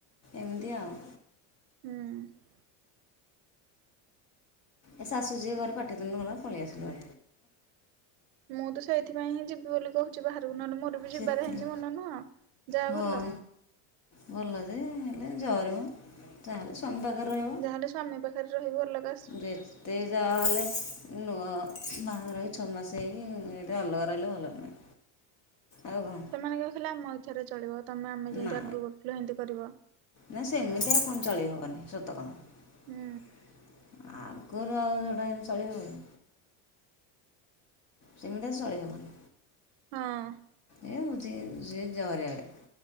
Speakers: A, on the left (about 40°); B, on the right (about 60°).
A: ଏମିତି ଆଉ।
B: ହୁଁ!
A: ଏ ଶାଶୁ ଝିଅ ଘରେ ପାଟି ତୁଣ୍ଡୁ ହେଲା ପଳେଇଆସିଲୁ।
B: ମୁଁ ତ ସେଇଥିପାଇଁ ହିଁ ଯିବି ବୋଲି କହୁଛି ବାହାରକୁ ନହେଲେ ମୋର ବି ଯିବାର
A: ସେଥିରେ
B: ହେମିତି ମନ ନୁହଁ ଯାହା
A: ହଁ
B: ଭଲ।
A: ଭଲ ଯେ ହେଲେ ଜରି ମ ତାହେଲେ ତମ ପାଖରେ ରହିବା
B: ଯାହେଲେ ସ୍ୱାମୀ ପାଖରେ ରହିବ ଅଲଗା।
A: ଯେତେ ଯାହା ହେଲେ ନୂଆ ବାହାଘର ବି ଛଅମାସ ହେଇକି ଏଇଟା ଅଲଗା ରହିଲେ ଭଲ ନୁହେଁ। ଆଉ କ'ଣ
B: ସେମାନେ କହିଲେ ଆମ ଇଚ୍ଛାରେ ଚଳିବ ତମେ ଆମେ ଯେମିତି
A: ନା
B: ଆଗରୁ କରୁଥିଲେ ଏମିତି କରିବ।
A: ନା ସେମିତି ଆଉ କଣ ଚଳେଇ ହବନି ସତ କଥା
B: ହୁଁ
A: ଆଉ। କୂଅରୁ ଆଉ ଯେଉଁଟା ଏମିତି ଚଳି ହବ କି? ସେମିତି ଆଉ ଚଳିହବନି।
B: ହଁ
A: ଏ ହେଉଛି ଯିଏ ଜରିଆଳେ